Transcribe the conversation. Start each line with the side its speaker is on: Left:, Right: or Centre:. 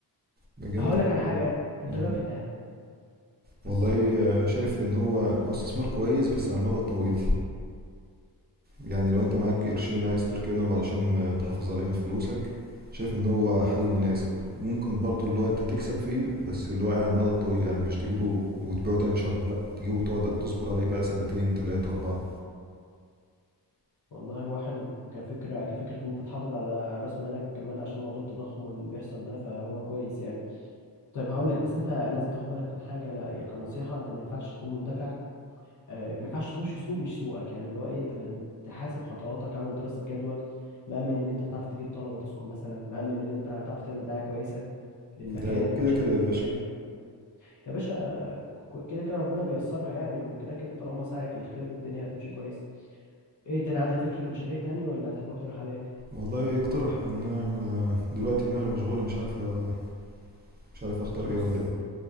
Right: ده جامدة
Left: هقول لك
Right: الفكرة
Left: على حاجة
Right: دي
Left: انت
Right: مم.
Left: إيه رأيك في الذهب كاستثمار
Right: والله آه، شايف ان هو
Left: مم.
Right: هو استثمار كويس بس على المدى الطويل يعني لو انت معاك قرشين عايز تركنهم علشان ما تحافظ على قيمة فلوسك شايف ان هو حل مناسب وممكن برضو اللي هو انت تكسب فيه بس اللي هو على المدى الطويل يعني مش تجيبه وتبيعه تاني شهر لا تجيبه وتقعد تصبر عليه بقى سنتين تلاتة اربعة
Left: والله هو حلو كفكرة كفكرة ان انت تحافظ على راس مالك كمان عشان موضوع التضخم اللي بيحصل ده فهو كويس يعني طيب هقول لك بس انت لازم تاخد بالك من حاجه لا يعني كنصيحه انت ما ينفعش تكون مندفع آه، ما ينفعش تخش سوق مش سوقك يعني اللي هو ايه انت ما تم- تحاسب خطواتك عامل دراسه جدوى مأمن ان انت هتعرف تجيب طلبه تسكن مثلا مأمن ان انت هتعرف تعمل دعايه كويسه للمكان
Right: ده
Left: هتشغل
Right: كده كده
Left: للمكان
Right: يا باشا
Left: يا باشا ك- كده كده ربنا بيسرها يعني وكده كده طالما سعيك للخير الدنيا هتمشي كويس ايه تاني عندك فكره مشاريع تاني ولا تحب اقترح عليك
Right: والله اقترح انا ما- دلوقتي دماغي مشغولة مش عارف أ- مش عارف اختار
Left: بص
Right: ايه ولا ايه